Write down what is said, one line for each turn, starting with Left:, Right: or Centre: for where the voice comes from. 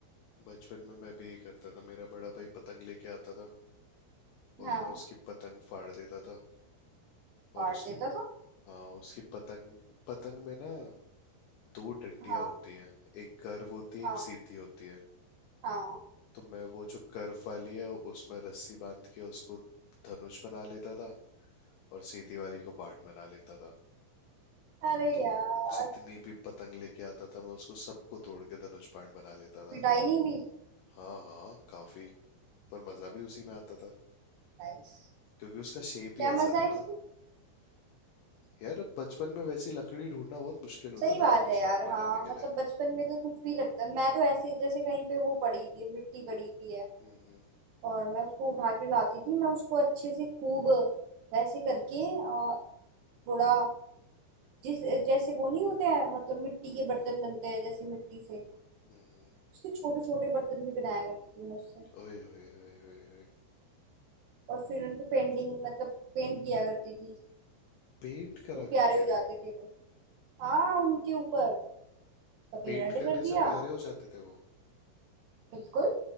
Left: बचपन में मैं भी यही करता था मेरा बड़ा भाई पतंग लेके आता था और
Right: हाँ
Left: मैं उसकी पतंग फाड़ देता था और
Right: काट
Left: उसकी
Right: देता था
Left: हाँ उसकी पतंग पतंग में ना दो डंडियां
Right: हाँ
Left: होती हैं एक कर्व होती है
Right: हाँ
Left: एक सीधी होती है
Right: हाँ
Left: तो मैं वो जो कर्व वाली है उसमें रस्सी बांध के उसको धनुष बना लेता था और सीधी वाली को बाण बना लेता था
Right: अरे
Left: तो
Right: यार
Left: जितनी भी पतंग लेके आता था मैं उसको सबको तोड़ के धनुष बाण बना लेता था
Right: पिटाई नहीं हुई
Left: हाँ हाँ काफी पर मजा भी उसी में आता था
Right: नाइस
Left: क्योंकि उसका शेप
Right: क्या
Left: ही ऐसा
Right: मजा
Left: था
Right: है इसमें
Left: ना यार अब बचपन में वैसी लकड़ी ढूंढना बहुत मुश्किल
Right: सही
Left: होता था
Right: बात
Left: धनुष
Right: है यार
Left: बाण
Right: हाँ
Left: बनाने
Right: मतलब
Left: के लिए
Right: बचपन में तो कुछ भी लगता है मैं तो ऐसे जैसे कहीं पे वो पड़ी हुई है मिट्टी पड़ी हुई है
Left: हम्म
Right: और मैं उसको उठा के लाती थी मैं उसको अच्छे से खूब वैसे करके अ, थोड़ा जिस जैसे वो नहीं होते हैं मतलब मिट्टी
Left: हम्म
Right: के बर्तन बनते हैं जैसे मिट्टी से
Left: हम्म,
Right: उसके छोटे छोटे बर्तन भी बनाया करती थी मैं उससे
Left: ओए ओए ओए ओए ओए
Right: और फिर उन पे पेंटिंग मतलब पेंट किया करती थी
Left: पेंट करा
Right: फिर प्यारे
Left: करते
Right: हो जाते
Left: थे
Right: थे वो हाँ उनके ऊपर कभी
Left: पेंट
Right: रेड
Left: करने
Right: कर दिया
Left: से प्यारे हो जाते थे वो
Right: बिल्कुल